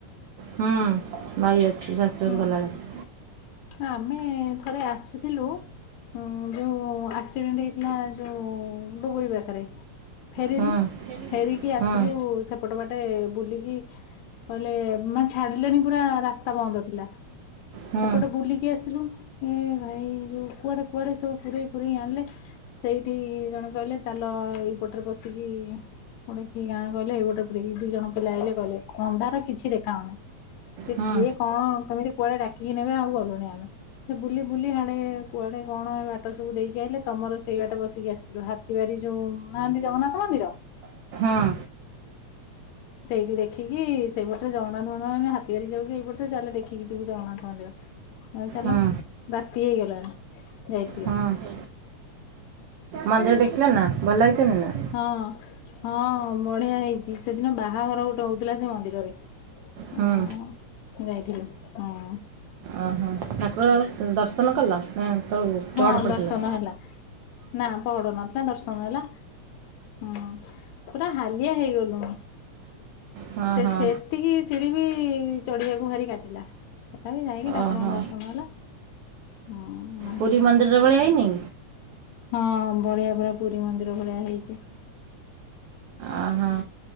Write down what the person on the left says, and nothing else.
ହୁଁ
ଆମେ ଥରେ ଆସୁଥିଲୁ ଉଁ ଯୋଉ ଆକ୍ସିଡେଣ୍ଟ ହେଇଥିଲା ଯୋଉ ଡୁବୁରୀ ପାଖେରେ। ଫେରିଲୁ
ଫେରିକି ଆସିଲୁ
ସେପଟ ବାଟେ ବୁଲିକି କହିଲେ ମାନେ ଛାଡିଲେନି ପୁରା ରାସ୍ତା ବନ୍ଦ ଥିଲା।
ଏପଟେ ବୁଲିକି ଆସିଲୁ ଏ ଭାଇ ଯୋଉ କୁଆଡେ-କୁଆଡେ ସବୁ ପୁରେଇ-ପୁରେଇ ଆଣିଲେ। ସେଇଠି ଜଣେ କହିଲେ ଚାଲ ଏଇପଟରେ ପଶିକି ଗୋଟେ କି ଗାଁ କହିଲେ, ଗୋଟେ ଦି ଜଣ ପିଲା ଆଇଲେ କହିଲେ ଅନ୍ଧାର କିଛି ଦେଖାହଉନି। ସେ
କିଏ କଣ କେମିତି କୁଆଡେ ଡାକିକି ନେବେ ଆଉ ଗଲୁନି ଆମେ। ସେ ବୁଲି-ବୁଲି ହାଡେ କୁଆଡେ କଣ ହେ ବାଟ ସବୁ ଦେଇକି ଆଇଲେ ତମର ସେଇ ବାଟେ ବସିକି ଆସି ଯୋଉ ହାତୀ ବାରି ଯୋଉ ନାହାନ୍ତି ଜଗନ୍ନାଥ ମନ୍ଦିର
ସେଇଠି ଦେଖିକି ସେଇପଟରେ <unintelligible> ହାତୀବାରି ଯାଉଚୁ ଏଇପଟରେ ଯାଉଚୁ ଚାଲେ ଦେଖିକି ଯିବୁ ଜଗନ୍ନାଥ। ମନ୍ଦିର <unintelligible> ଚାଲ
ରାତି ହେଇଗଲାଣି ଯାଇଥିଲୁ।
ହଁ-ହଁ ବଢିଆ ହେଇଚି, ସେଦିନ ବାହାଘର ଗୋଟେ ହଉଥିଲା ସେ ମନ୍ଦିରରେ।
ହଁ ଯାଇଥିଲୁ ହଁ।
ହଁ
ଦର୍ଶନ ହେଲା ନା ପହଡ ନଥିଲା ଦର୍ଶନ ହେଲା। ହୁଁ ପୁରା ହାଲିଆ ହେଇଗଲୁଣି,
ସେ-ସେ
ଏତିକି ଶିଢି ବି ଚଢଆକୁ ଭାରି କାଟିଲା ତଥାପି ଯାଇକି ଠାକୁରଙ୍କ
ଦର୍ଶନ ହେଲା। ହଁ ମା
ହଁ ବଢିଆ ବଢିଆ ପରା ପୁରି ମନ୍ଦିର ଭଳିଆ ହେଇଚି।